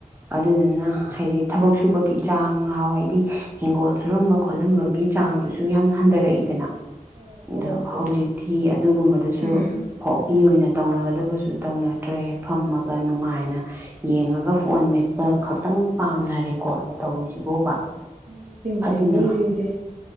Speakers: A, on the right (about 15°); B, on the right (about 65°).
A: ꯑꯗꯨꯗꯨꯅ ꯍꯥꯏꯗꯤ ꯊꯕꯛ ꯁꯨꯕꯒꯤ ꯆꯥꯡ ꯉꯍꯥꯋꯥꯏꯗꯤ ꯍꯤꯡꯒꯣꯜ ꯁꯨꯔꯝꯕ-ꯈꯣꯠꯂꯝꯕꯒꯤ ꯆꯥꯡꯗꯨꯖꯨ ꯌꯥꯝ ꯍꯟꯗꯔꯛꯏꯗꯅ ꯑꯥꯗꯣ
B: ꯍꯣ ꯍꯣ ꯍꯣꯏ
A: ꯍꯧꯖꯤꯛꯇꯤ ꯑꯗꯨꯒꯨꯝꯕꯗꯨꯁꯨ
B: ꯎꯝ
A: ꯍꯣꯕꯤ ꯑꯣꯏꯅ ꯇꯧꯅꯒꯗꯕꯁꯨ ꯇꯧꯅꯗ꯭ꯔꯦ ꯐꯝꯃꯒꯥ ꯅꯨꯡꯉꯥꯏꯅ ꯌꯦꯡꯉꯥꯒ ꯐꯣꯟ ꯃꯦꯠꯄ ꯈꯛꯇꯪ ꯄꯥꯝꯅꯔꯦꯀꯣ ꯇꯧꯔꯤꯁꯤꯕꯣꯕ
B: ꯍꯣ ꯍꯣꯏ ꯃꯤꯁꯤꯡꯖꯦ
A: ꯑꯗꯨꯅ
B: ꯃꯤꯁꯤꯡꯖꯦ